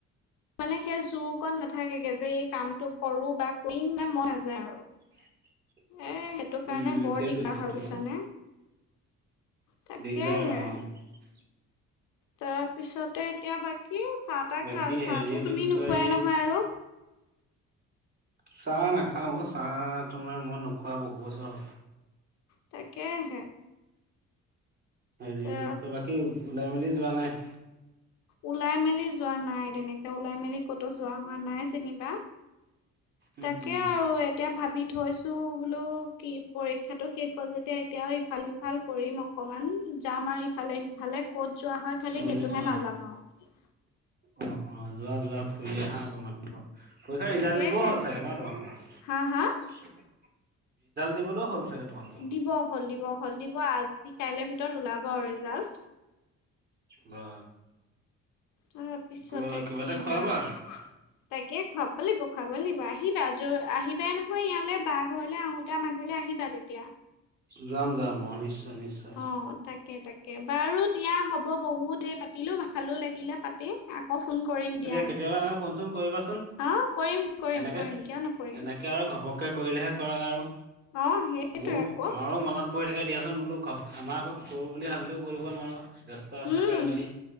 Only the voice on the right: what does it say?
<inaudible>
উম,
সেইটোয়ে,
সেইটোয়ে।
দিগদাৰ, অ'।
বাকী
হেৰি এইটো
কি কয়
চাহ নাখাওঁ। চাহ তোমাৰ মই নোখোৱা বহু বছৰ হ'ল।
হেৰি
এটো কি কয়, বাকী ওলাই-মেলি যোৱা নাই?
উম,
উম।
বুজিছোঁ
অ'।
অ', অ', যোৱা যোৱা ফুৰি আহা অকণমান। পৰীক্ষা
ৰিজাল্ট দিবও হ'ল চাগে ন তোমালোকৰ?
<unintelligible> দিবলৈও হ'ল চাগে তোমালোকৰ
বা!
কিবা কিবা
এটা খুৱাবা
যাম যাম অ নিশ্চয় নিশ্চয়
কেতিয়াবা এনেকে ফোন চোন কৰিবাচোন
এনেকে
এনেকে আৰু ঘপককে কৰিলেহে কৰা আৰু
মোৰ
আমাৰো মনত পৰি থাকে দিয়াচোন বোলো আমাৰ আকৌ কৰো বুলি ভাবিলেও কৰিব নোৱাৰো, ব্যস্ত থাকা
বুলি।